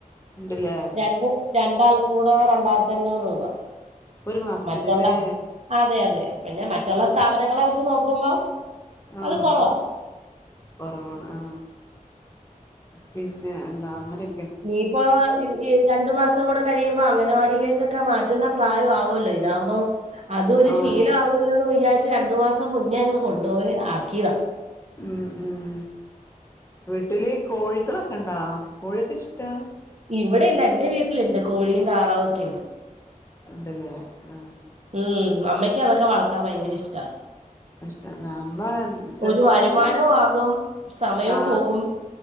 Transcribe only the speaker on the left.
ഉണ്ടല്ലേ
ഒരു മാസത്തിന്ല്ലേ
ആഹ്
കൊറവാണ് ആ പിന്നെ ന്താ അങ്ങനെ
ആഹ്
ഉം വീട്ടില് കോഴിക്കളൊക്കെ ണ്ടാ കോഴിക്കെ ഇഷ്ട്ടാ
ഇണ്ട്ലെ ആ
ഇഷ്ട്ടണ്ടാ അമ്മ ചെറുപ്പക്കാര്ത്തിയാ
ആ